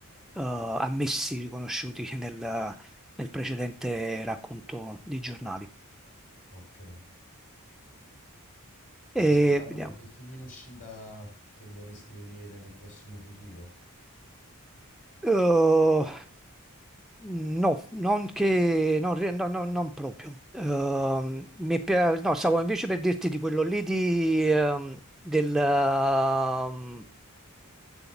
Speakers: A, in the centre; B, on the left (about 35°).
A: eh, ammessi, riconosciuti nel, nel precedente racconto di giornali.
B: ok.
A: E
B: Stai aspettando
A: vediamo.
B: qualche film in uscita che vorresti vedere nel prossimo futuro?
A: Eh, no, non che, non, re- no, no, non proprio. Ehm, mi pia- no, stavo invece per dirti di quello lì di, ehm, del, ehm,